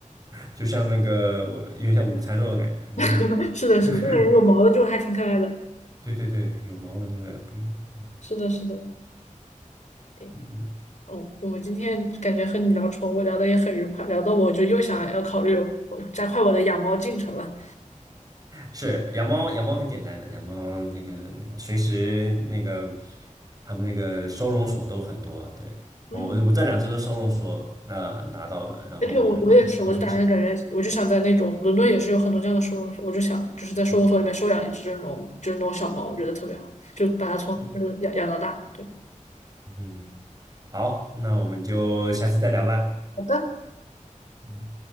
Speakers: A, on the right (about 30°); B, on the left (about 60°).
A: 就像那个有点像午餐肉的感觉，但是
B: <laughs> 是的，
A: <laughs>
B: 是的，那种有毛的就还挺可爱的。
A: 对对对，有毛的那个不一样。嗯，
B: 是的，是的。哎，
A: <laughs>
B: 哦，我们今天感觉和你聊宠物聊的也很愉快，聊得我就又想要考虑我加快我的养猫进程了。
A: 是养猫，养猫很简单的，养猫那个随时那个他们那个收容所都很多。对，
B: 嗯。
A: 我我这两只都收容所那拿到了，然后
B: 哎，对，我我也是，
A: 都很喜欢。
B: 我就打算感觉，我就想在那种伦敦也是有很多这样的收容所，我就想就是在收容所里面收养一只这种就是那种小猫，
A: 嗯，
B: 我觉得特别好，就把它从就是养养到大。
A: 是，
B: 对。
A: 嗯，好，那我们就下次再聊啦。
B: 好的。
A: 嗯